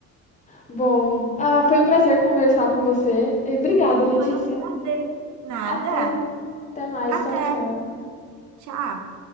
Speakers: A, on the left; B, on the right.
A: Bom, ah, foi um prazer conversar com você. E Obrigada, Letícia.
B: Foi um prazer. Nada.
A: Até, até mais.
B: Até.
A: Tchau, tchau.
B: Tchau.